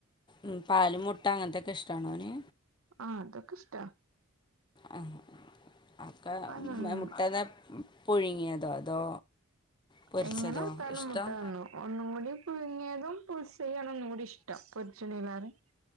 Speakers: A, on the left; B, on the right.
A: ഉ പാല് മുട്ട അങ്ങൻത്തൊക്കെ ഇഷ്ടണോഒന്
B: ആ അതൊക്കെ ഇഷ്ട
A: ആ അക്കെ
B: തിന്നും
A: മുട്ടത പുഴുങ്ങിയതോ അതോ പൊരിച്ചതോ
B: എങ്ങനെ ഒരുത്താല
A: ഇഷ്ടം
B: മുട്ട വന്നു ഒന്നും കൂടി പുഴുങ്ങിയതും ബുത്സ യാണ് ഒന്ന കൂടി ഇഷ്ടം പൊർച്ചുണല്ലാറ്